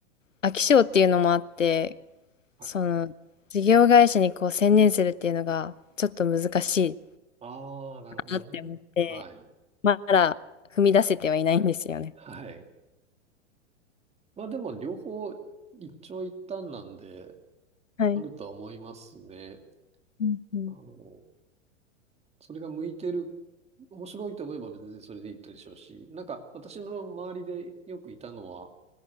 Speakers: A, on the left; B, on the right.
A: 飽き性っていうのもあって、
B: はい、
A: その、事業会社にこう専念するっていうのが、ちょっと難しい
B: ああ、なるほどね。
A: なって思って、
B: はい。
A: まだ踏み出せてはいないんですよね。
B: はい。まあでも、両方一長一短なんで、
A: はい。
B: あるとは思いますね。
A: うんうん。
B: あの、それが向いてる、面白いと思えば別にそれでいいでしょうし、なんか私の周りでよくいたのは、